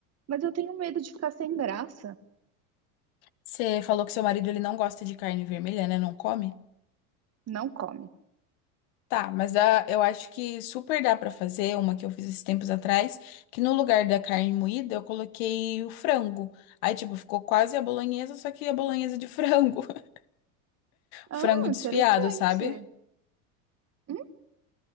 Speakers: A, on the right (about 35°); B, on the left (about 70°).
A: Mas eu tenho medo de ficar sem graça.
B: Você falou que seu marido ele não gosta de carne vermelha, né? Não come?
A: Não come.
B: Tá, mas ah, eu acho que super dá pra fazer uma que eu fiz esses tempos atrás, que no lugar da carne moída eu coloquei o frango. Aí, tipo, ficou quase a bolonhesa, só que a bolonhesa de frango. <laughs>
A: Ah,
B: Frango
A: interessante.
B: desfiado, sabe?
A: Hum,